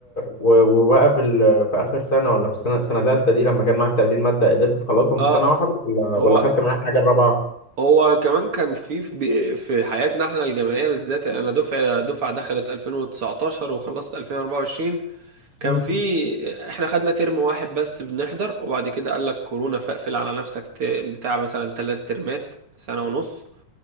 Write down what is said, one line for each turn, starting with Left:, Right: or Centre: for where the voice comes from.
Left: و... وبقى في ال... في اخر سنه ولا في السنه سنه ثالثه دي لما كان معاك 30 ماده قدرت تخلصهم
Right: اه
Left: في سنه واحده ولا
Right: هو
Left: ولا خدت معاك حاجه الرابعه
Right: هو كمان كان في في في حياتنا احنا الجامعية بالذات يعني انا دفعة دفعة دخلت 2019 وخلصت 2024 كان
Left: مم.
Right: في احنا خدنا ترم واحد بس بنحضر وبعد كده قال لك كورونا فاقفل على نفسك ت- بتاع مثلا ثلاث ترمات سنة ونص